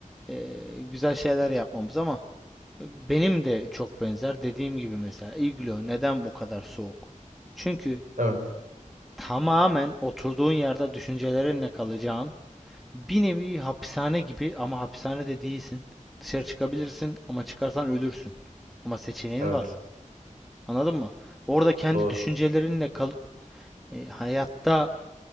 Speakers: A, in the centre; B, on the right.
A: eee, güzel şeyler yapmamız ama benim de çok benzer. Dediğim gibi mesela iglo neden bu kadar soğuk? Çünkü
B: evet,
A: tamamen oturduğun yerde düşüncelerinle kalacağın bir nevi hapishane gibi ama hapishanede değilsin. Dışarı çıkabilirsin ama çıkarsan ölürsün. Ama seçeneğin
B: evet.
A: var. Anladın mı? Orada kendi
B: Doğru.
A: düşüncelerinle kalıp e, hayatta